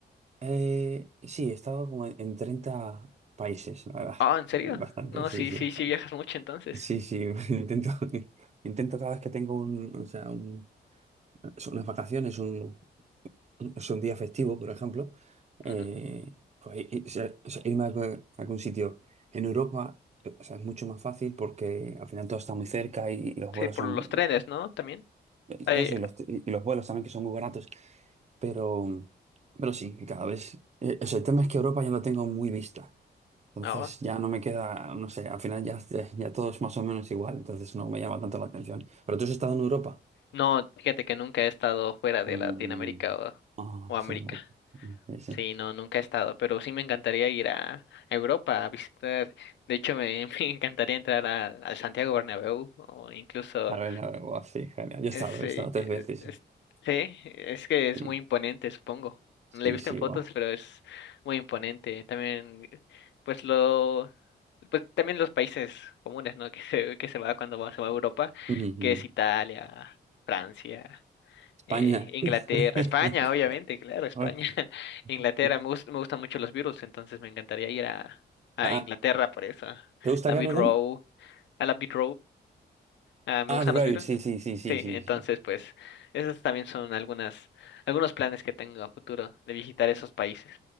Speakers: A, on the right (about 40°); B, on the left (about 80°).
A: eh, sí, he estado como en 30 países, la verdad.
B: Ah, ¿en serio?
A: Bastante,
B: No,
A: sí,
B: sí,
A: sí,
B: sí,
A: bastante.
B: sí viajas mucho entonces.
A: Sí, sí, <laughs> intento, intento cada vez que tengo un, o sea, un- son unas vacaciones, un, es un día festivo, por ejemplo, eh,
B: Ujú.
A: pues, i- i- se- se- irme a algún a algún sitio. En Europa, eh, o sea, es mucho más fácil porque al final todo está muy cerca y, y los
B: Sí,
A: vuelos
B: por
A: son,
B: los trenes, ¿no? También. Ay,
A: eso, y los, y los vuelos también que son muy baratos. Pero, pero sí, cada vez. eh, o sea, el tema es que Europa ya lo tengo muy vista. Entonces
B: ah,
A: ya no me queda, no sé, al final ya, ya todo es más o menos igual, entonces no me llama tanto la atención. Pero tú has estado en Europa.
B: No, fíjate que nunca he estado fuera de
A: Mm,
B: Latinoamérica o,
A: ah,
B: o América.
A: sí, sí, sí.
B: Sí, no, nunca he estado, pero sí me encantaría ir a Europa a visitar. De hecho, me, <laughs> me encantaría entrar a- al Santiago Bernabéu o incluso
A: A ver, a ver, guau, sí, genial. Yo he
B: Es,
A: estado,
B: eh,
A: he estado tres veces.
B: es-
A: Sí,
B: sí, es que es
A: sí,
B: muy imponente, supongo.
A: sí,
B: No le he visto
A: sí,
B: en fotos,
A: guau.
B: pero es muy imponente. También, pues lo, pues también los países comunes, ¿no? <laughs> Que se, que se va cuando va- se va a Europa,
A: Ujú,
B: que
A: ujú.
B: es Italia, Francia,
A: España.
B: eh, Inglaterra,
A: tío.
B: España,
A: <laughs>
B: obviamente, claro, España,
A: Ay,
B: <laughs> Inglaterra.
A: sí.
B: Me gust- me gustan mucho los Beatles, entonces me encantaría ir a, a
A: Ah,
B: Inglaterra por eso.
A: ¿te gusta
B: La
A: acá,
B: Beat
A: perdón?
B: Row, a la Beat Ah, me
A: Ah,
B: gustan
A: The
B: los
A: Road,
B: Beatles.
A: sí, sí, sí, sí,
B: Sí,
A: sí.
B: entonces
A: sí.
B: pues esos también son algunas, algunos planes que tengo a futuro de visitar esos países.